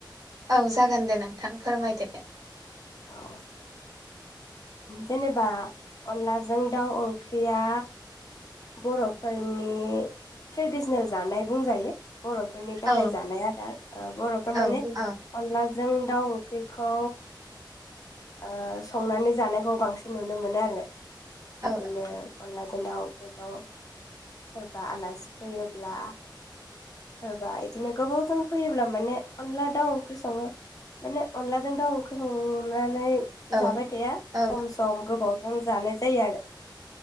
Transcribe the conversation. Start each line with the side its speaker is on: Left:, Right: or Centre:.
Right: औ जागोन दे नोंथां फोरमाय दो
Left: औ जेनेबा अनलाजों दाउ ओंख्रिया बर'फोरनि ट्रेडिसनेल जानाय बुंजायो बर'फोरनि गाहाय
Right: औ
Left: जानाय आदार बर'फ्रा
Right: औ
Left: माने
Right: औ
Left: अनलाजों दाउ ओंख्रिखौ ओ संनानै जानायखौ बांसिन नुनो मोनो आरो
Right: औ
Left: बिदिनो अनलाजों दाव बेगखौ सोरबा आलासि फैयोब्ला। सोरबा बिदिनो गोबावजों फैयोब्ला माने अनला दाउ ओंख्रि सङो माने अनलाजों दाउ ओंख्रि संनानै।
Right: औ
Left: जाबाय थाया
Right: औ
Left: सम सम गोबावजों जानाय। जायो आरो